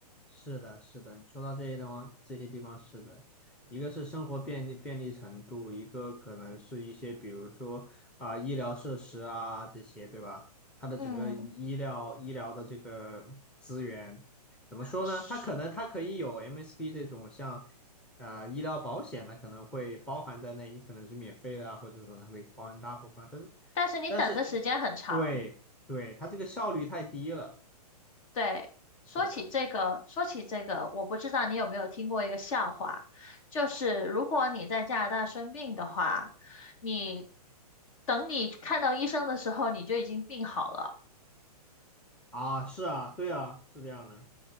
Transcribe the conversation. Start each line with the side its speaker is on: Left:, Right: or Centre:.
Centre: 是的，是的，你说到这些地方，这些地方是的，一个是生活便利便利程度，一个可能是一些比如说啊、医疗设施啊这些，对吧？它的整个医疗医疗的这个资源怎么说呢？
Left: 嗯，是
Centre: 它可能它可以有 MSP 这种像呃，医疗保险呢，可能会包含在内，你可能是免费的啊，或者说它会包含大部分，但是
Left: 但是你等的时间很长。
Centre: 但是对对，它这个效率太低了，
Left: 对，说起这个，
Centre: 是的。
Left: 说起这个，我不知道你有没有听过一个笑话，就是如果你在加拿大生病的话，你等你看到医生的时候，你就已经病好了。
Centre: 啊，是啊，对啊，是这样的，